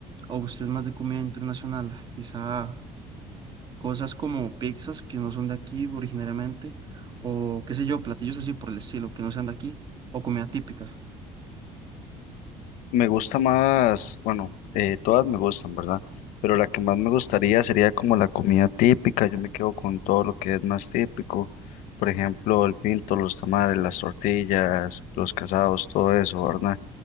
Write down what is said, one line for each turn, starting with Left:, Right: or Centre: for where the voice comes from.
Right: o usted es más de comida internacional, quizá cosas como pizzas que no son de aquí originariamente, o qué sé yo, platillos así por el estilo, que no sean de aquí, o comida típica.
Left: Me gusta más, bueno, eh, todas me gustan, ¿verdad? Pero la que más me gustaría sería como la comida típica. Yo me quedo con todo lo que es más típico. Por ejemplo, el pinto, los tamales, las tortillas, los casados, todo eso, ¿verdad?